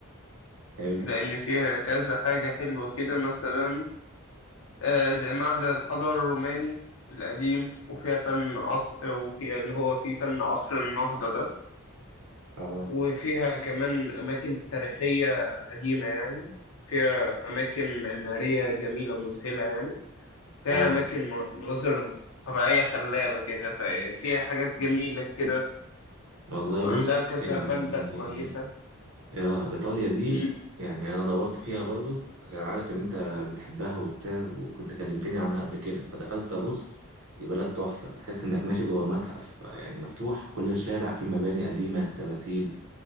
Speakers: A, on the right; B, on the left.
A: حلو
B: لان فيها كذا حاجه حلوه كده مثلا آه زي معهد الحضاره الروماني القديم وفيها فن عصر وفيها اللي هو فيه فن عصر النهضه ده
A: اه
B: وفيها كمان اماكن تاريخيه قديمه يعني فيها اماكن معماريه جميله مذهله يعني فيها
A: اه
B: اماكن مناظر طبيعيه خلابه كده ففيها حاجات جميله كده
A: والله
B: وعندها
A: بص
B: كذا
A: يعني
B: بلدة كويسة
A: اه ايطاليا دي
B: مم.
A: يعني انا دورت فيها برضو عشان عارف ان انت بتحبها وبتاع وكنت كلمتني عنها قبل كده فدخلت ابص دي بلد تحفة تحس انك ماشي جوه متحف يعني مفتوح كل الشارع فيه مباني قديمة تماثيل